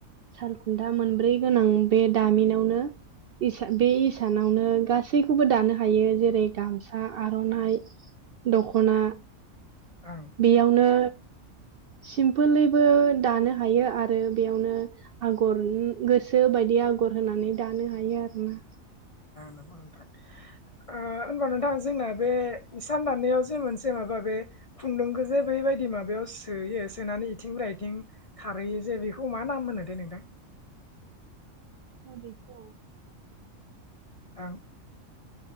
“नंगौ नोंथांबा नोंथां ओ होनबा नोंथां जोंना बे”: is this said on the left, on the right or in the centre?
Left